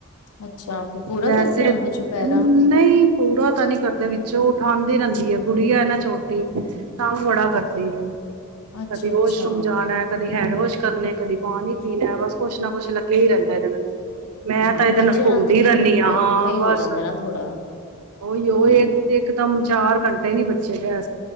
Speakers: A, on the left; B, on the right.
A: ਅੱਛਾ ਅੱਛਾ, ਫਿਰ ਪੂਰਾ
B: ਵੈਸੇ
A: ਕਰਕੇ ਆਉਂਦੇ ਚੁਪਹਿਰਾ
B: ਨਹੀਂ ਪੂਰਾ ਤਾਂ ਨਹੀਂ ਕਰਦੇ ਵਿੱਚੋਂ ਉਠਾਉਣ ਰਹਿੰਦੀ ਹੈ ਗੁੜੀਆ ਨਾ ਛੋਟੀ ਕੰਮ ਬੜਾ ਕਰਦੀ ਹੈ
A: ਅੱਛਾ-ਅੱਛਾ-ਅੱਛਾ।
B: ਕਦੀ ਵਾਸ਼ਰੂਮ ਜਾਣਾ ਕਦੀ ਹੈਂਡ ਵਾਸ਼ ਕਰਨੇ ਕਦੀ ਪਾਣੀ ਸੀਨ ਹੈ ਬਸ ਕੁੱਛ ਨਾ ਕੁੱਛ ਲੱਗਿਆ ਹੀ ਰਹਿੰਦਾ ਇਹਦੇ ਨਾਲ ਮੈਂ
A: ਹਾਂ
B: ਤਾਂ ਇਹਦੇ
A: ਬੱਚਿਆਂ
B: ਨਾਲ ਘੁੰਮਦੀ
A: ਤੇ ਫੇਰ
B: ਰਹਿੰਦੀ
A: ਔਖਾ
B: ਹਾਂ ਹਾਂ
A: ਹੀ
B: ਬਸ
A: ਹੋ ਜਾਂਦਾ ਨਾ ਥੋੜਾ
B: ਉਹੀ ਉਹ ਇਕ ਦਮ ਚਾਰ ਘੰਟੇ ਨ ਨਹੀਂ ਬੱਚੇ ਗਿਆ